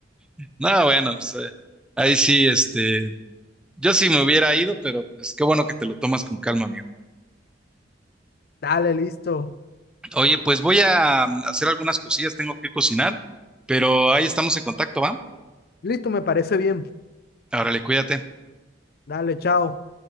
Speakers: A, in the centre; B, on the left.
A: No, bueno, pues eh, ahí sí, este, yo sí me hubiera ido, pero pues qué bueno que te lo tomas con calma, amigo.
B: Dale, listo.
A: Oye, pues voy a mm, hacer algunas cosillas, tengo que cocinar, pero ahí estamos en contacto, ¿va?
B: Listo, me parece bien.
A: Órale, cuídate.
B: Dale, chao.